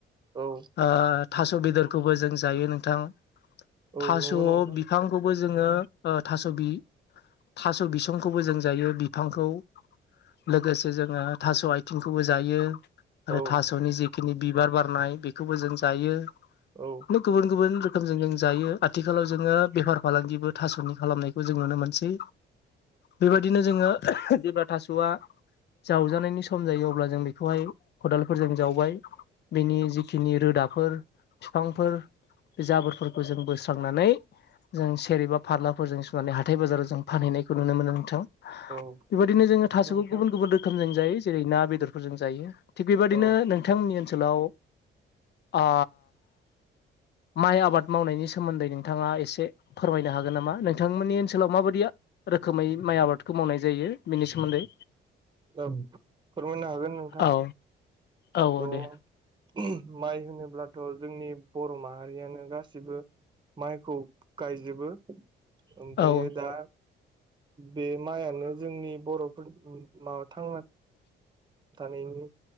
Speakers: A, on the right; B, on the left.
A: औ
B: ओ थास' बेदरखौबो जों जायो नोंथां।
A: औ
B: थास'
A: नंगौ नोंथां
B: बिफांखौबो जोङो ओ थास' बिसंखौबो जों जायो बिफांखौ। लोगोसे जोङो थास' आथिंखौबो जायो आरो
A: औ
B: थास'नि जि खिनि बिबार बारनाय बेखौबो जों जायो
A: औ
B: गुबुन गुबुन रोखोम जों जों जायो आथिखालाव जोङो बेफार फालांगिबो थास'नि खालामनायखौ जों नुनो मोनसै। बेबायदिनो जोङो जेब्ला थास'आ जावजानायनि सम जायो अब्ला जों बेखौहाय खदालफोरजों जावबाय। बिनि जिखिनि रोदाफोर बिफांफोर बे जाबोरफोरखौ जों बोस्रांनानै जों सेर बा फारलाफोरजों सुनानै हाथाय बाजाराव जों फानहैनायखौ नुनो मोनो नोंथां।
A: औ
B: बेबायदिनो जोङो थास'खौ
A: नंगौ नोंथां
B: गुबुन गुबुन रोखोमजों जायो जेरै ना बेदरफोरजों जायो थिग बेबायदिनो
A: औ
B: नोंथांमोननि ओनसोलाव ओ माइ आबाद मावनायनि सोमोन्दै नोंथाङा एसे फोरमायनो हागोन नामा नोंथांमोननि ओनसोलाव माबायदिया रोखोमै माइ आबादखौ मावनाय जायो बिनि सोमोन्दै।
A: फोरमायनो हागोन नोंथां
B: औ औ
A: थ'
B: औ दे
A: माइ होनोब्लाथ' जोंनि बर' माहारियानो गासिबो माइखौ गायजोबो। ओमफ्र
B: औ
A: दा बे माइआानो जोंनि बर'फोर माबा थांना थानायनि